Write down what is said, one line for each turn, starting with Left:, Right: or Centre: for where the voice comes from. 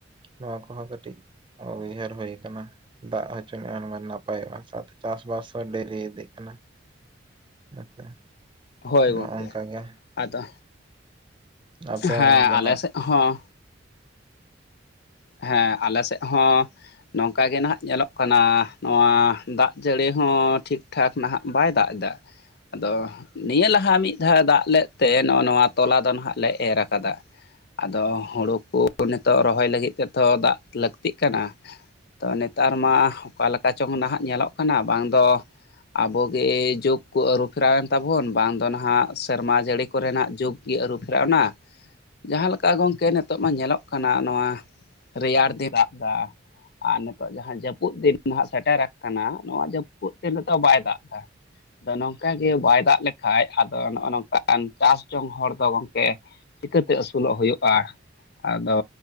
Right: ᱱᱚᱣᱟ ᱠᱚᱦᱚᱸ ᱠᱟᱴᱤᱡ ᱚ ᱩᱭᱦᱟᱨ ᱦᱳᱭ ᱠᱟᱱᱟ ᱫᱟᱜ ᱦᱚᱪᱚ ᱱᱤᱜᱟᱱ ᱱᱟᱯᱟᱭᱚᱜᱼᱟ ᱥᱟᱶᱛᱮ ᱪᱟᱥᱵᱟᱥ ᱦᱚᱸ ᱰᱮᱨᱤ ᱤᱫᱤᱜ ᱠᱟᱱᱟ <unintelligible>
Left: ᱦᱳᱭ ᱜᱚᱝᱠᱮ
Right: ᱱᱚᱜᱼᱚᱝᱠᱟ ᱜᱮ
Left: ᱟᱫᱚ
Right: ᱟᱯᱮ
Left: ᱦᱮᱸ
Right: ᱜᱮ
Left: ᱟᱞᱮ
Right: ᱱᱟᱜ
Left: ᱥᱮᱫ ᱦᱚᱸ ᱦᱮᱸ ᱟᱞᱮ ᱥᱮᱫ ᱦᱚᱸ ᱱᱚᱝᱠᱟ ᱜᱮ ᱱᱟᱦᱟᱜ ᱧᱮᱞᱚᱜ ᱠᱟᱱᱟ ᱱᱚᱣᱟ ᱫᱟᱜ ᱡᱟᱹᱲᱤ ᱦᱚᱸ ᱴᱷᱤᱠ ᱴᱷᱤᱠ ᱴᱷᱟᱠ ᱱᱟᱦᱟᱜ ᱵᱟᱭ ᱫᱟᱜ ᱮᱫᱟ ᱟᱫᱚ ᱱᱤᱭᱟᱹ ᱞᱟᱦᱟ ᱢᱤᱫ ᱫᱷᱟᱣ ᱫᱟᱜ ᱞᱮᱫ ᱛᱮ ᱱᱚᱜᱚ ᱱᱚᱣᱟ ᱛᱚᱞᱟ ᱫᱚ ᱱᱟᱜ ᱞᱮ ᱮᱨ ᱠᱟᱫᱟ ᱟᱫᱚ ᱦᱩᱲᱩ ᱠᱚ ᱱᱤᱛᱚᱜ ᱨᱚᱦᱚᱭ ᱞᱟᱹᱜᱤᱫ ᱛᱮᱫᱚ ᱫᱟᱜ ᱞᱟᱠᱛᱤᱜ ᱠᱟᱱᱟ ᱛᱚ ᱱᱮᱛᱟᱨ ᱢᱟ ᱚᱠᱟ ᱞᱮᱠᱟ ᱪᱚᱝ ᱱᱟᱦᱟᱜ ᱧᱮᱞᱚᱜ ᱠᱟᱱᱟ ᱵᱟᱝ ᱫᱚ ᱟᱵᱚᱜᱮ ᱡᱩᱜᱽ ᱠᱚ ᱟᱹᱨᱩ ᱯᱷᱮᱨᱟᱣᱮᱱ ᱛᱟᱵᱚᱱ ᱵᱟᱝ ᱫᱚ ᱱᱟᱦᱟᱜ ᱥᱮᱨᱢᱟ ᱡᱟᱹᱲᱤ ᱠᱚᱨᱮᱱᱟᱜ ᱡᱩᱜᱽ ᱜᱮ ᱟᱹᱨᱩ ᱯᱷᱮᱨᱟᱣᱱᱟ, ᱡᱟᱦᱟᱸ ᱞᱮᱠᱟ ᱜᱚᱝᱠᱮ ᱱᱤᱛᱚᱜ ᱢᱟ ᱧᱮᱞᱚᱜ ᱠᱟᱱᱟ ᱱᱚᱣᱟ ᱨᱮᱭᱟᱲ ᱫᱤᱱ ᱨᱟᱜ ᱫᱟ ᱟᱨ ᱱᱤᱛᱚᱜ ᱡᱟᱦᱟᱸ ᱡᱟᱹᱯᱩᱫ ᱫᱤᱱ ᱱᱟᱦᱟᱜ ᱥᱮᱴᱮᱨ ᱟᱠᱟᱱᱟ ᱱᱚᱣᱟ ᱡᱟᱹᱯᱩᱫ ᱫᱤᱱ ᱨᱮᱫᱚ ᱵᱟᱭ ᱫᱟᱜ ᱮᱫᱟ ᱟᱫᱚ ᱱᱚᱝᱠᱟ ᱜᱮ ᱵᱟᱭ ᱫᱟᱜ ᱞᱮᱠᱟᱡ ᱟᱫᱚ ᱱᱚᱜᱼᱚ ᱱᱚᱝᱠᱟᱱ ᱪᱟᱥ ᱡᱚᱝ ᱦᱚᱲ ᱫᱚ ᱜᱚᱝᱠᱮ ᱪᱤᱠᱟᱹᱛᱮ ᱟᱹᱥᱩᱞᱚᱜ ᱦᱳᱭᱳᱜᱼᱟ ᱟᱫᱚ